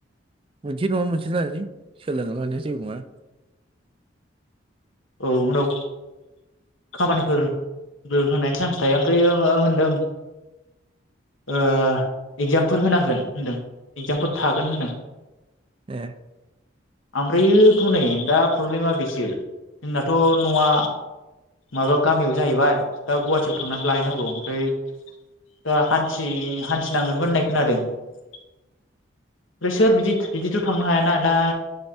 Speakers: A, on the right (about 25°); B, on the left (about 85°).
A: मोनसे नङा मोनसे लालै सोलोंना लानाया जेबो नङा।
B: औ उनाव खामानिफोरबो होनायनि सान्स थाया। ओमफ्रायो मा होनदों ओ इगजामफोर होनांगोन होनदों इगजामफोर थागोन होनदों।
A: ए
B: ओमफ्रायोथ नै दा प्रब्लेमा बेसो जोंनाथ न'आ माबायाव गामियाव जाहैबाय दा गवा हाटियाव थांनानै लाहैनांगौ ओमफ्राय दा हान्थि हान्थिनांगोनबो होननाय खोनादों। ओमफ्राय सोर बिदि बिदिथ थांनो हायाना दा